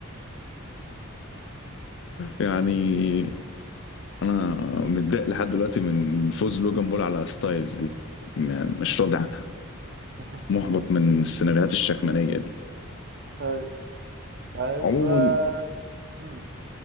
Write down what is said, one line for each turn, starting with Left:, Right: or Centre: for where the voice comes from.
Left: <laughs> يعني انا متضايق لحد دلوقتي من فوز لوجان بول على ستايلز دي م- مش راضي عنها
Right: <laughs>
Left: محبط من السيناريوهات الشكمانية دي
Right: طيب طيب
Left: عموما
Right: آه، مم.